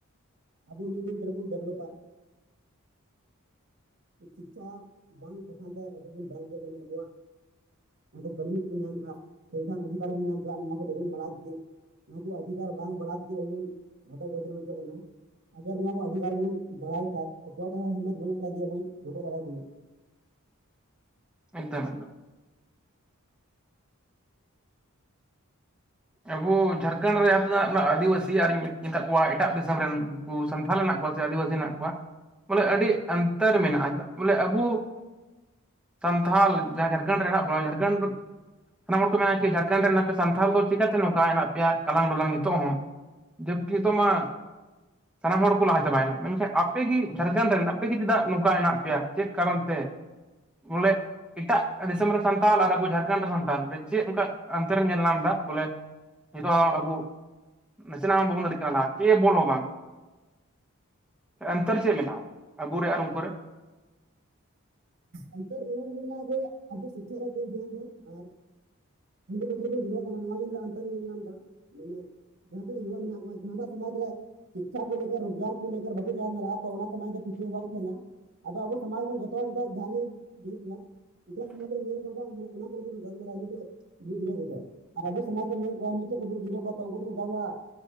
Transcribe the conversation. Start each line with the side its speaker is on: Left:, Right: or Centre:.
Right: ᱟᱵᱚ ᱢᱤᱫ ᱫᱤᱱ ᱫᱷᱮᱨ ᱵᱚᱱ ᱰᱮᱵᱷᱞᱚᱯᱟ ᱥᱤᱪᱪᱷᱟ ᱵᱟᱝ ᱴᱠᱷᱟᱱ ᱛᱮ ᱟᱵᱚ ᱵᱚᱱ ᱫᱟᱞ ᱦᱚᱪᱚᱣᱟᱜ ᱠᱟᱱᱟ ᱟᱵᱚᱣᱟᱜ ᱡᱟᱦᱟᱸ ᱫᱚ ᱠᱟᱹᱱᱩᱱ ᱠᱚᱵᱚᱱ ᱧᱟᱢ ᱠᱷᱟ ᱥᱚᱝᱵᱤᱫᱷᱟᱱ ᱚᱫᱷᱤᱠᱟᱨ ᱵᱚᱱ ᱧᱟᱢ ᱠᱷᱟ ᱱᱚᱣᱟ ᱠᱚᱫᱚ ᱵᱟᱵᱚᱱ ᱵᱟᱲᱟᱭ ᱛᱮᱜᱮ ᱱᱚᱣᱟ ᱠᱚ ᱚᱫᱷᱤᱠᱟᱨ ᱵᱟᱝ ᱵᱟᱲᱟ ᱛᱮᱜᱮ ᱟᱵᱚ ᱵᱚᱱ ᱨᱚᱴᱚᱡ ᱜᱚᱪᱚᱞᱚᱱ ᱚᱪᱚᱜ ᱠᱟᱱᱟ᱾ ᱟᱜᱟᱨ ᱱᱚᱣᱟ ᱠᱚ ᱚᱷᱤᱠᱟᱨ ᱵᱚᱱ ᱵᱟᱲᱲᱟ ᱞᱮᱠᱟᱱ ᱚᱭᱴᱟᱜ ᱦᱚᱸ ᱦᱤᱢᱛ ᱵᱟᱹᱱᱩᱜ ᱛᱟᱭᱟ ᱡᱮ ᱟᱵ ᱞᱚᱴᱮᱫ ᱫᱟᱲᱮᱭᱟ ᱵᱚᱱᱟ
Centre: ᱮᱠᱫᱚᱢ ᱮᱠᱫᱚᱢ ᱟᱵᱚ ᱡᱷᱟᱲᱠᱷᱚᱸᱰ ᱨᱮᱱᱟᱜ ᱟᱹᱫᱤᱵᱟᱹᱥᱤ ᱟᱨᱤᱧ ᱢᱮᱛᱟᱫ ᱠᱚᱣᱟ ᱮᱴᱟᱜ ᱫᱤᱥᱚᱢ ᱨᱮᱱ ᱥᱟᱱᱛᱷᱟ ᱦᱮ ᱠᱚᱣᱟ ᱥᱮ ᱟᱹᱫᱤᱵᱟᱹᱥᱤ ᱦᱮᱱᱟᱜ ᱠᱚᱣᱟ ᱵᱚᱞᱮ ᱟᱹᱰᱤ ᱚᱱᱛᱚᱨ ᱢᱮᱱᱟᱜᱼᱟ᱾ ᱵᱚᱞᱮ ᱟᱵᱚ ᱥᱟᱱᱛᱷᱟᱞ ᱡᱟᱦᱟᱸ ᱡᱷᱟᱲᱠᱷᱚᱸᱰ ᱨᱮ ᱦᱮᱱᱟᱜ ᱵᱚᱱᱟ ᱡᱷᱟᱲᱠᱷᱚᱸᱰ ᱚᱱᱟᱱᱟ ᱦᱚᱲ ᱠᱚ ᱢᱮ ᱡᱷᱟᱲᱠᱷᱚᱸᱰ ᱨᱮᱱᱮ ᱥᱛᱷᱟ ᱫᱚ ᱪᱤᱠᱠᱟ ᱱᱚᱝᱠᱟ ᱦᱮᱱᱟᱜ ᱯᱮᱭᱟ ᱠᱟᱞᱟᱝ ᱰᱚᱞᱟᱝ ᱱᱤᱛᱚᱜ ᱦᱚᱸ ᱡᱚᱵᱠᱤ ᱱᱤᱛᱚᱜ ᱢᱟ ᱥᱟᱱᱟᱢ ᱦᱚᱲ ᱠᱚ ᱞᱟᱦᱟ ᱪᱟᱵᱟᱭᱮᱱᱟ ᱢᱮᱱᱠᱷᱟᱱ ᱟᱯᱮᱜᱮ ᱡᱷᱟᱲᱠᱷᱚᱸᱰ ᱨᱮᱱ ᱟᱯᱮᱜᱮ ᱪᱮᱫᱟᱜ ᱱᱚᱝᱠᱟ ᱢᱮᱱᱟᱜ ᱯᱮᱭᱟ ᱪᱮᱫ ᱠᱟᱨᱚᱱ ᱛᱮ ᱵᱚᱞᱮ ᱮᱴᱟᱜ ᱫᱤᱥᱚᱢ ᱨᱮ ᱥᱟᱱᱛᱟᱞ ᱟᱨ ᱟᱵᱚ ᱡᱷᱟᱲᱠᱷᱚᱸᱰ ᱨᱮ ᱥᱟᱱᱛᱟᱞ ᱪᱮᱫ ᱚᱱᱠᱟ ᱚᱱᱛᱚᱨᱮᱢ ᱧᱮᱞ ᱧᱟᱢ ᱮᱫᱟ ᱵᱚᱞᱮ ᱱᱤᱛᱚᱜ ᱦᱚᱸ ᱟᱵᱚ ᱱᱟᱥᱮᱱᱟᱜ ᱦᱚᱸ ᱵᱟᱵᱚᱱ ᱫᱟᱲᱮ ᱠᱮᱫᱟ ᱠᱮ ᱵᱚᱞ ᱦᱚᱸ ᱵᱟᱝ ᱚᱱᱛᱚᱨ ᱪᱮᱫ ᱢᱮᱱᱟᱜᱼᱟ ᱟᱵᱚᱨᱮ ᱟᱨ ᱩᱱᱠᱩ ᱨᱮ
Right: ᱚᱱᱛᱚᱨ ᱱᱚᱣᱟ ᱨᱮᱜᱮ ᱢᱮᱱᱟᱜᱼᱟ ᱡᱮ ᱟᱵᱚ ᱥᱤᱠᱷᱟ ᱨᱮᱭᱟᱜ ᱵᱚᱱ ᱫᱷᱮᱭᱟᱱ ᱫᱟ ᱟᱨ ᱦᱟᱺᱰᱤ ᱵᱟᱺᱴᱤ ᱨᱮ ᱵᱚᱱ ᱡᱚᱵᱮᱜ ᱠᱟᱱᱟ ᱱᱚᱣᱟ ᱨᱮ ᱤᱧ ᱫᱚ ᱚᱱᱛᱚᱨ ᱨᱮᱧ ᱧᱮᱞᱟᱢ ᱮᱫᱟ ᱢᱟᱱᱮ ᱡᱟᱦᱟᱸ ᱭᱩᱵᱟ ᱢᱮᱱᱟᱜ ᱠᱚᱣᱟ ᱡᱟᱦᱟᱸᱴᱟᱜ ᱥᱚᱢᱟᱡᱽ ᱨᱮ ᱥᱤᱠᱷᱟ ᱠᱚ ᱨᱳᱡᱽᱜᱟᱨ ᱠᱚ ᱵᱟᱠᱚ ᱜᱟᱞᱢᱟᱨᱟᱣᱚᱜ-ᱟ ᱛᱚ ᱚᱱᱟᱛᱮ ᱥᱚᱢᱟᱡᱽ ᱫᱚ ᱯᱤᱪᱷᱟᱹ ᱦᱚᱸ ᱵᱟᱝ ᱛᱟᱦᱮᱱᱟ ᱟᱫᱚ ᱟᱵᱚ ᱥᱚᱢᱟᱡᱽ ᱨᱮᱱ ᱡᱚᱛᱚ ᱦᱚᱲᱟᱜ ᱡᱟᱦᱟᱸᱮ ᱧᱮᱞ ᱠᱚᱣᱟ ᱮᱴᱟᱜ ᱥᱚᱢᱟᱡᱽ ᱨᱮᱢ ᱧᱮᱞ ᱠᱚᱣᱟ ᱚᱱᱟ ᱠᱚ ᱞᱟᱹᱜᱤᱫᱚᱱ ᱜᱟᱞᱢᱟᱨᱟ ᱢᱤᱫᱴᱮᱱᱩ ᱫᱷᱤᱨᱮ ᱫᱷᱤᱨᱮ ᱠᱟᱛᱮ, ᱟᱨ ᱟᱵᱚ ᱥᱚᱢᱟᱡᱽ ᱨᱮᱱ ᱧᱮᱞ ᱠᱚᱣᱟ ᱪᱚ ᱠᱚ ᱫᱩᱲᱩ ᱜᱽᱟᱹᱣ ᱠᱚᱣᱟ ᱩᱱᱠᱩ ᱫᱚᱠᱚ ᱜᱟᱞᱢᱟᱨᱟᱣᱚᱜ-ᱟ᱾